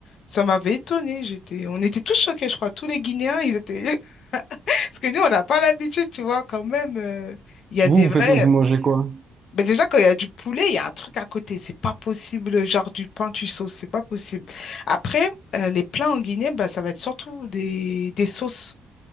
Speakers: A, on the left; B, on the right.
A: ça m'avait étonné. J'étais, on était tous choqués, je crois, tous les Guinéens, ils étaient, <laughs> parce que nous, on n'a pas l'habitude, tu vois, quand même. euh, Il y a
B: Vous,
A: des vrais,
B: vous faites, vous mangez quoi?
A: mais déjà quand il y a du poulet, il y a un truc à côté, c'est pas possible, genre du pain, tu sauces, c'est pas possible. Après, euh, les plats en Guinée, bah ça va être surtout des, des sauces,